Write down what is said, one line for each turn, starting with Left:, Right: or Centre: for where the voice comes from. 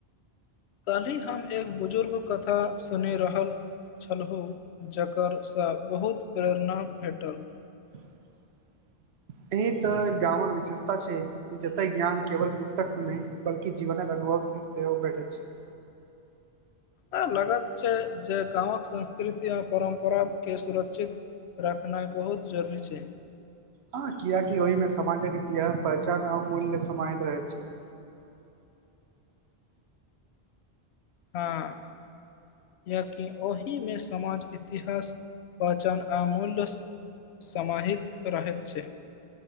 Left: काल्हि हम एक बुजुर्ग कथा सुनि रहल छलहु जकरसँ बहुत प्रेरणा भेटल
Right: <inaudible> एहि तऽ गामक विशेषता छै जतय ज्ञान केवल पुस्तकसँ नहि बल्कि जीवनक अ अनुभव सि सेहो भैटैत छै
Left: हमरा लागत छै जे गामक संस्कृति आओर परम्पराके सुरक्षित रखनाइ बहुत जरूरी छै
Right: हँ किआकि ओहिमे समाजक इतिहास पहचान आ मूल्य समाहित रहैत छै <inaudible>
Left: हँ यकि ओहिमे समाज इतिहास पहचान आमूल्य समाहित रहैत छै